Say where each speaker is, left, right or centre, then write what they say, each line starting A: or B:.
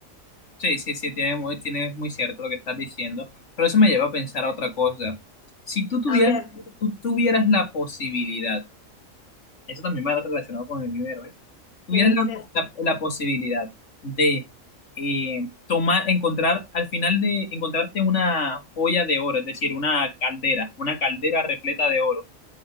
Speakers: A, on the left; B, on the left.
A: sí, sí, sí, tiene, muy- tiene muy cierto lo que estás diciendo. Pero eso me lleva a pensar a otra cosa. Si tú tuvieras,
B: A ver.
A: tú tuvieras la posibilidad, eso también va relacionado con el dinero, ¿eh? tuvieran
B: Entonces
A: la,
B: dices,
A: la- la posibilidad de eh, tomar, encontrar, al final de encontrarte una joya de oro, es decir, una caldera, una caldera repleta de oro.